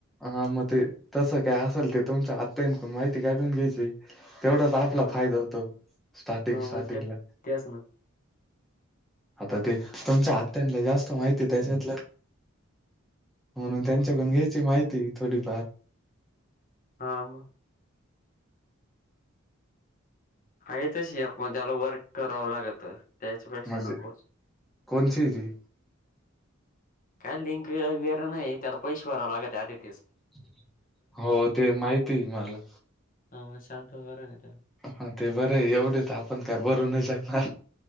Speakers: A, in the centre; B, on the left.
A: हा मग ते तसं काय असेल ते तुमच्या आत्यानकडुन माहिती काढून घ्यायची तेवढाच आपला
B: हा
A: फायदा होतो. स्टार्टिंग-
B: हो
A: स्टार्टिंगला
B: मग ते तेच ना
A: आता ते तुमच्या आत्यांला जास्त माहिती त्याच्यातलं. म्हणून त्यांच्याकडून
B: हम्म.
A: घ्यायची माहिती थोडी फार
B: हा मग. आहे तशी यक <unintelligible> मण त्याला वर्क करावं लागत. त्याच्या पेक्षा
A: म्हणजे
B: नकोच.
A: कोणची ती
B: काय लिंक वगैरे नाही त्यांना पैसे भरावं लागत त्या
A: <inaudible> हो ते माहिती आहे मला
B: हा मग शांत बर नाही त्या <unintelligible>
A: हा ते बरं आहे एवढे तर आपण काय भरू नाही शकणार.